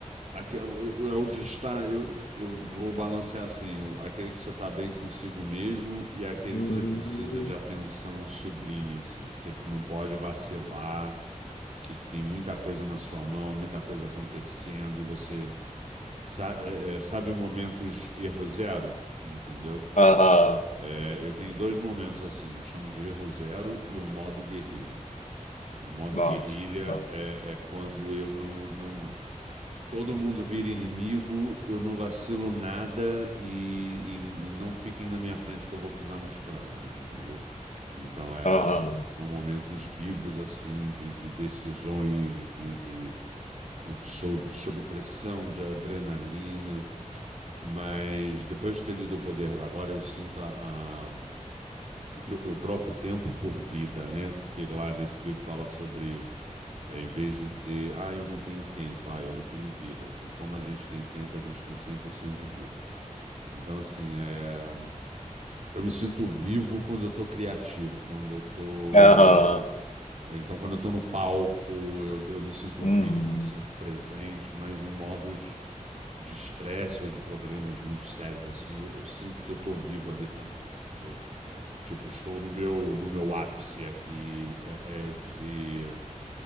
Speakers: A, on the right; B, on the left.
A: aqui, eu, eu, eu de estar- eu, eu vou balancear assim: o- aquele que você está bem consigo mesmo e aquele
B: Hum.
A: que você precisa de atenção sublime, assim, que você não pode vacilar, que tem muita coisa na sua mão, muita coisa acontecendo e você sa- é, é, sabe momentos erro zero, entendeu?
B: Aham,
A: É, eu tenho dois momentos assim: eu chamo de erro zero e o modo guerrilha. O modo
B: nossa.
A: guerrilha
B: Aham,
A: é, é quando eu não, não Todo mundo vira inimigo, eu não vacilo nada e, e- e não fiquem na minha frente que eu vou pisar nos crânios, entendeu? Então é,
B: aham.
A: são momentos vivos assim de, de decisões, de, de, de sob, sob pressão, de adrenalina. Mas depois de ter lido O Poder da Agora, eu sinto a, a- eu, eu troco tempo por vida, né? Porque lá nesse livro fala sobre é, em vez de dizer, ah, eu não tenho tempo, ah, eu não tenho vida. E como a gente tem tempo, a gente tem 100% de vida. Então, assim, é... eu me sinto vivo quando eu tô criativo, quando eu tô.
B: Aham.
A: Ou então, quando eu tô no palco, eu, eu me sinto
B: Hum.
A: vivo, me sinto presente, mas em modos de estresse ou de problemas muito sérios, assim, eu, eu sinto que eu tô vivo ali também, entendeu? Tipo, estou no meu, no meu ápice aqui é, é, de